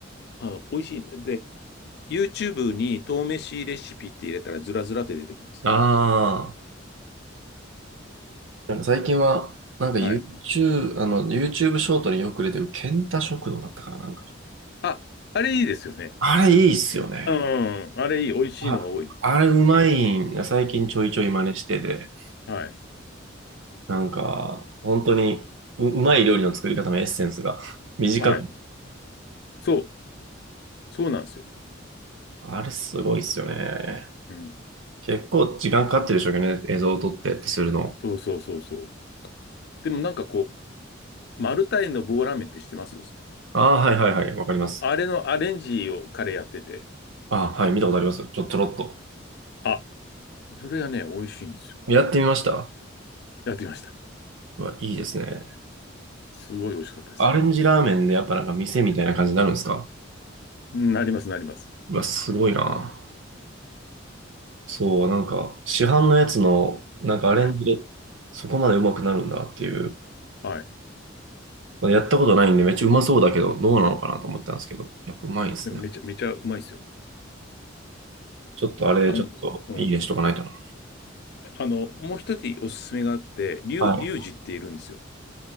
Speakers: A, on the left (about 55°); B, on the right (about 75°).
A: あの、美味しいんで。で、YouTube に豆飯レシピって入れたらずらずらって出てきます。
B: ああ。なんか最近は、なんか YouTube、
A: はい。
B: あの、YouTube ショートによく出てる、ケンタ食堂だったから、なんか。
A: あ、あれいいですよね。
B: あれいいっすよね。
A: うん、あれいい。美味しいのが多い。
B: あ、あれうまいんが最近ちょいちょい真似してて、
A: はい。
B: なんか、本当にう、うまい料理の作り方のエッセンスが <laughs> 短く。
A: はい。そう、そうなんですよ。
B: あれすごいっすよね。
A: うん。
B: 結構時間かかってるでしょうけどね、映像を撮ってってするの。
A: そうそうそうそう。でもなんかこう、マルタイの棒ラーメンって知ってます
B: ああ、はいはいはい、わかります。
A: あれのアレンジを彼やってて、
B: ああ、はい、見たことあります。ちょ、ちょろっと。
A: あ、それがね、美味しいんですよ。
B: やってみました。
A: やってみました。
B: うわ、いいですね。
A: すごい美味しかったですよ。
B: アレンジラーメンでやっぱなんか店みたいな感じになるんですか
A: うんなります、なります。
B: うわ、すごいな。そう、なんか、市販のやつの、なんかアレンジで、
A: はい。
B: そこまでうまくなるんだっていう。
A: はい。
B: まあやったことないんで、めっちゃうまそうだけど、どうなのかなと思ったんですけど、やっぱうまいんですね。
A: でもめちゃ、めちゃうまいですよ。
B: ちょっとあれ、
A: あの、
B: ちょっと、
A: うん。
B: いいねしとかないとな。
A: あの、もう一つおすすめがあって、リュウ、
B: はい。
A: リュウジっているんですよ。